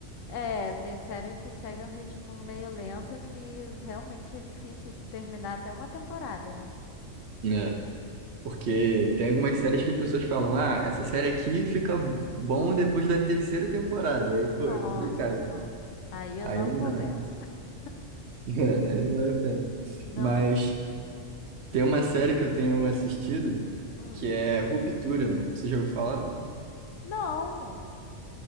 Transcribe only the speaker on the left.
É, tem série que segue um ritmo meio lento que realmente é difícil de terminar até uma temporada, né?
Nossa,
não. Aí eu
não
começo.
<laughs>
Não
tem jeito.
Hum.
Não.